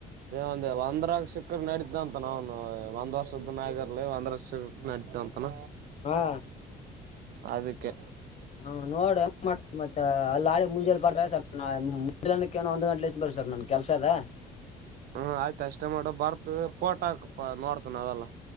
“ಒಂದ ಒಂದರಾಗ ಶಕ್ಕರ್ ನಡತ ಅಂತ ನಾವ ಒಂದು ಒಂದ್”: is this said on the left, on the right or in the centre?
Right